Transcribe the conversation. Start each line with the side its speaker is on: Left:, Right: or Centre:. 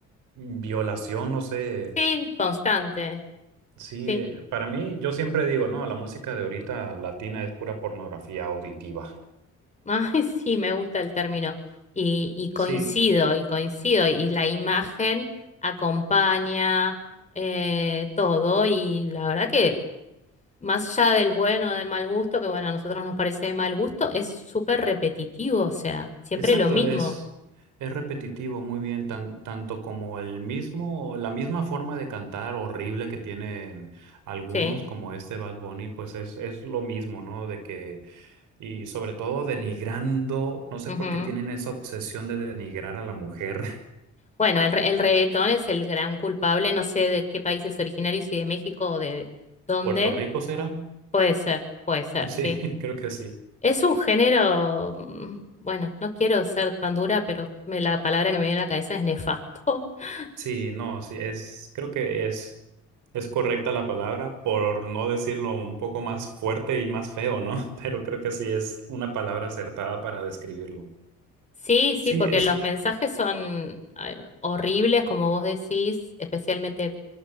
Right: violación, no sé.
Left: sí, constante.
Right: Sí,
Left: Sí.
Right: eh, para mí yo siempre digo, no, la música de ahorita latina es pura pornografía auditiva.
Left: Ay, <laughs> sí, me gusta el término. Y, y coincido,
Right: Sí,
Left: y coincido. Y la imagen acompaña eh, todo. Y la verdad que, más allá del bueno o del mal gusto, que bueno, a nosotros nos parece de mal gusto, es súper repetitivo. O sea, siempre
Right: Exacto,
Left: lo mismo.
Right: es, es repetitivo, muy bien, tan- tanto como el mismo, la misma forma de cantar horrible que tienen algunos,
Left: Sí.
Right: como este Bad Bunny, pues es, es lo mismo, ¿no? De que, y sobre todo denigrando, no sé
Left: ujú.
Right: por qué tienen esa obsesión de denigrar a la mujer.
Left: Bueno, el, re- el reggaetón es el gran culpable. No sé de qué país es originario, si de México o de
Right: <laughs>
Left: dónde.
Right: ¿Puerto Rico será?
Left: Puede ser, puede ser,
Right: Sí,
Left: sí.
Right: <laughs> creo que sí.
Left: Es un género, mm, bueno, no quiero ser tan dura, pero me- la palabra que me viene a la cabeza es nefasto. <laughs>
Right: Sí, no, sí, es, creo que es, es correcta la palabra, por no decirlo un poco más fuerte y más feo, ¿no? <laughs> Pero creo que sí es una palabra acertada para describirlo.
Left: Sí, sí,
Right: Sí,
Left: porque
Right: es,
Left: los mensajes son eh, horribles, como vos decís, especialmente